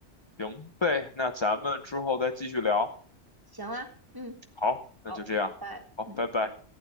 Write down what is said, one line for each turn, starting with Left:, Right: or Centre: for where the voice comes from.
Left: 行呗，那咱们之后再继续聊。
Right: 行啊，嗯，
Left: 好，那就这样，
Right: 好，拜拜。
Left: 好，
Right: 嗯。
Left: 拜拜。